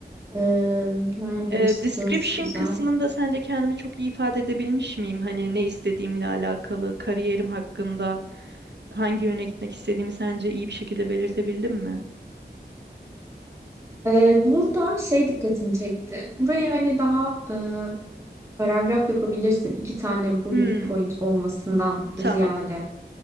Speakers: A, on the right (about 15°); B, on the right (about 80°).
A: Ee, language
B: Ee,
A: skills
B: description
A: güzel.
B: kısmında sence kendimi çok iyi ifade edebilmiş miyim? Hani ne istediğimle alakalı, kariyerim hakkında hangi yöne gitmek istediğimi sence iyi bir şekilde belirtebildim mi?
A: Ee, burada şey dikkatimi çekti. Burayı hani daha e, Paragraf yapabilirsin. İki tane bullet
B: Hmm,
A: point olmasından
B: tamam,
A: ziyade.